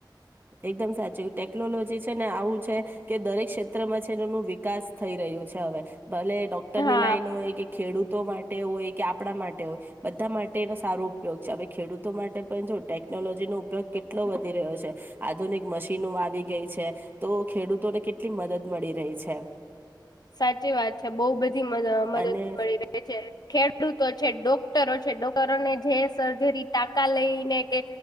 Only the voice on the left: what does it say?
હા.
સાચી વાત છે બઉ બધી મદદ
મળી રહી છે ખેડૂતો છે ડો ક્ટરો છે ડોક્ટરોને જે સર્જરી ટાકા લઈને કે